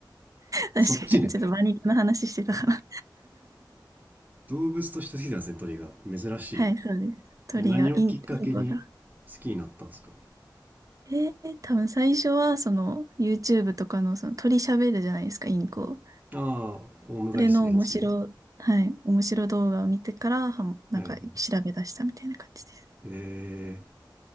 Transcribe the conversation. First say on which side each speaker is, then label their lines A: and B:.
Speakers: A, on the right; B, on the right.
A: <laughs>
B: 確かに、
A: そっちね。
B: ちょっと馬肉の話してたから。
A: 動物として好きなんですね、鳥が。珍しい。
B: はい、そうです。鳥が、
A: え、何をきっかけに
B: イン、インコが。
A: 好きになったんですか
B: えー、多分最初は、その、YouTube とかの、その、鳥喋るじゃないですか、インコ。
A: ああ、オウム返しするやつに
B: それの面白、はい、面白動画を見てから、は、なんか、
A: はいはい。
B: 調べ出したみたいな感じです。
A: え